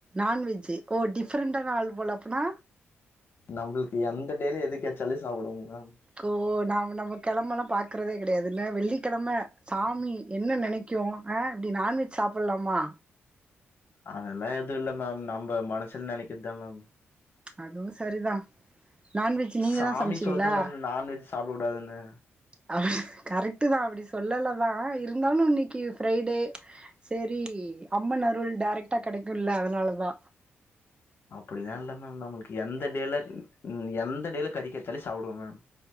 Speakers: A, on the right (about 20°); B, on the left (about 50°).
A: நான்வெஜ் ஓ டிஃப்ரண்டான ஆள் போல அப்பன்னா
B: நம்முளுக்கு எந்த டேல எது கெச்சாலு சாப்டுவோம் மேம்
A: கோ நா இப்ப நம்ம கெழமல்லா பாக்குறதே கெடயாதுல்ல வெள்ளிக்கெழம சாமி என்ன நெனக்கு ஆ இப்டி நான்வெஜ் சாப்பிட்லாமா
B: அதெல்லா எதுவு இல்ல மேம் நா நம்ப மனசுல நெனக்குறதுதா மேம்
A: அதுவு சரிதா நான்வெஜ் நீங்க
B: சாமி
A: தா சமச்சீங்ளா
B: சொல்டு மேம் நான்வெஜ் சாப்ட கூடாதுன்னு
A: ஆ கரெக்ட் வந்து நா அப்டி சொல்லலதா இருந்தாலு இன்னைக்கு ஃப்ரைடே சரி அம்மனருள் டைரக்ட்டா கெடைக்குல்ல அதனாலதா
B: அப்டிலா இல்ல மேம் நம்மளுக்கு எந்த டேல எந்த டேல கறி கெச்சாலே சாபுடுவோ மேம்